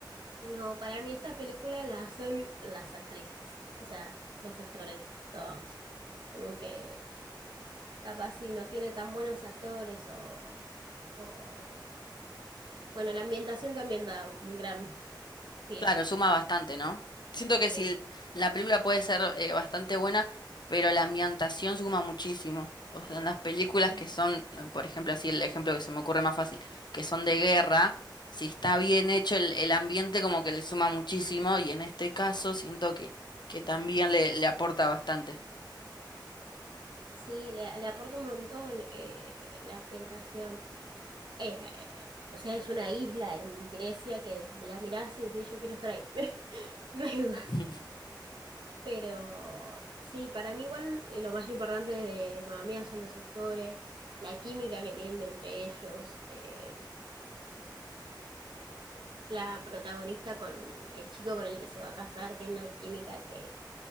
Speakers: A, on the right (about 75°); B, on the left (about 65°).
A: No, para mí esta película la hacen las actrices, o sea, los actores, todos. Como que capaz si no tiene tan buenos actores o... o- Bueno, la ambientación también da un gran pie.
B: Claro, suma bastante, ¿no? Siento que si
A: Sí,
B: la película puede ser eh, bastante buena, pero la ambientación suma muchísimo. O sea, en las películas
A: sí.
B: que son, eh, por ejemplo, así el ejemplo que se me ocurre más fácil, que son de guerra, si está bien hecho el, el ambiente como que le suma muchísimo y en este caso siento que, que también le, le aporta bastante.
A: Sí, le, le aporta un montón eh, la ambientación. Eh, eh, o sea, es una isla en Grecia que la mirás y decís, yo quiero estar ahí. <laughs> No hay dudas.
B: <laughs>
A: Pero sí, para mí igual eh, lo más importante de Mamma Mía son los actores, la química que tienen entre ellos, eh, la protagonista con el chico con el que se va a casar tiene una química que,